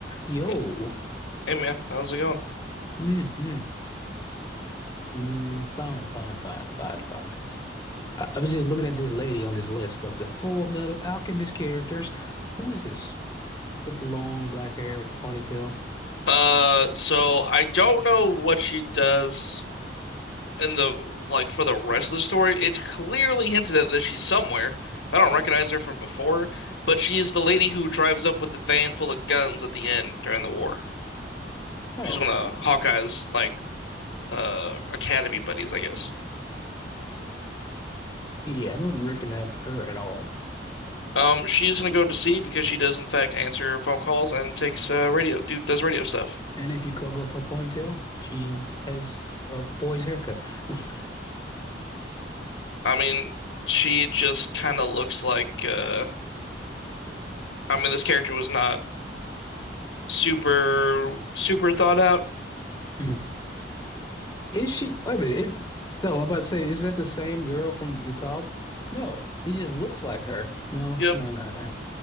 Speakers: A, on the left; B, on the left.
A: Yo.
B: Hey, hey, man, how's it going?
A: Mm-hmm. Mm, mm, fine, fine, fine, fine, fine. I, I was just looking at this lady on this list of the Full Metal Alchemist characters. Who is this? With the long black hair with the ponytail?
B: Uh, so I don't know what she does in the like for the rest of the story. It's clearly hinted at that she's somewhere. I don't recognize her from before, but she is the lady who drives up with the van full of guns at the end during the war.
A: Oh,
B: She's one of Hawkeye's like uh academy buddies, I guess.
A: yeah, I don't recognize her at all.
B: Um, she's gonna go to sea because she does in fact answer phone calls and takes uh radio do does radio stuff.
A: And if you cover up her ponytail, she has a boy's haircut. <laughs>
B: I mean, she just kind of looks like uh. I mean, this character was not super super thought out.
A: Hmm. Is she? Wait a minute. Is, no, I'm about to say, is that the same girl from the top? No, it just looks like her. No,
B: Yep,
A: no, no, no.